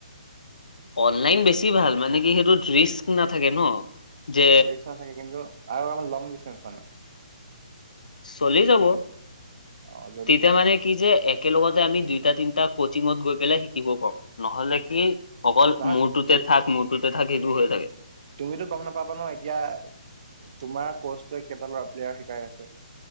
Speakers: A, on the left; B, on the right.
A: অনলাইন বেছি ভাল মানে কি সেইটোত ৰিস্ক নাথাকে ন যে
B: আৰু নাথাকে কিন্তু আৰু লং দিচতেন্স মানে
A: চলি যাব
B: অ' যদি
A: তেতিয়া
B: তুমি
A: মানে কি যে একেলগতে আমি দুইটা তিনটা কোচিঙত গৈ পেলাই শিকিব পাৰো নহলে কি অকল
B: নহয়
A: মৰতোত তে থাক মৰটোতে থাক সেইটো হৈ থাকে
B: তুমিতো গম নাপাবা ন এতিয়া তোমাৰ কোচটোৱে কেইটা লৰা প্লেয়াৰ শিকাই আছে।